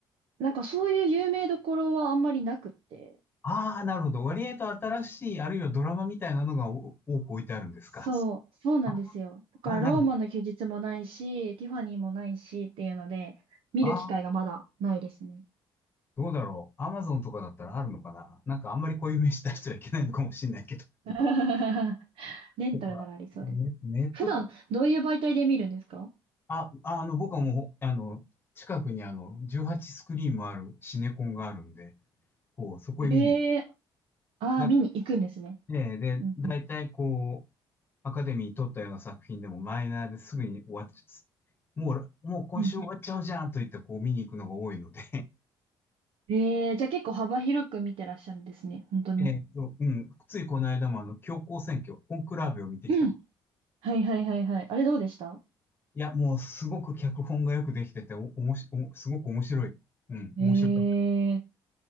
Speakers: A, on the right (about 75°); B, on the left (about 25°).
A: なんかそういう有名どころはあんまりなくって。
B: ああ、なるほど。割合と新しい、あるいはドラマみたいなのがお多く置いてあるんですか。
A: そう、そうなんですよ。
B: ああ、
A: だからローマの休日もないし、
B: なるほど。
A: ティファニーもないしっていうので、見る機会がまだないですね。
B: ああ、どうだろう。アマゾンとかだったらあるのかななんかあんまりこういう名刺出してはいけないのかもしれないけど。
A: <laughs> レンタルならありそうです。
B: とか、ねネットフリ、
A: 普段どういう媒体で見るんですか
B: あ、あの、僕はもう、あの、近くにあの、18スクリーンもあるシネコンがあるんで、こう、そこへ見に
A: ええー、ああ、
B: だ、
A: 見に行くんですね。
B: で、で、
A: うんうん。
B: 大体こう、アカデミー取ったような作品でもマイナーですぐに終わっちゃう。もう、もう今週終わっちゃうじゃんと言ってこう見に行くのが多いので
A: うんうん。ええー、じゃあ結構幅広く見てらっしゃるんですね。
B: <laughs>
A: 本当に。
B: えっと、<laughs> うん、ついこの間もあの、教皇選挙、コンクラーベを見てきたと。
A: うん。はいはいはいはい。あれどうでした
B: いや、もうすごく脚本がよくできてて、お、おもし、おすごく面白い。うん、
A: ええ
B: 面白かった。